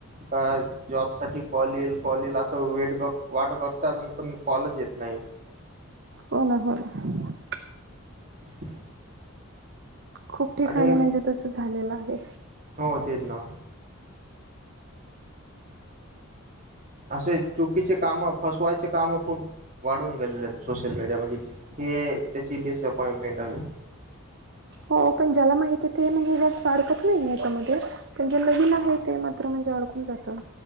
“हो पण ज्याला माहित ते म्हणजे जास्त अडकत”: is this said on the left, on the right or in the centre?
Right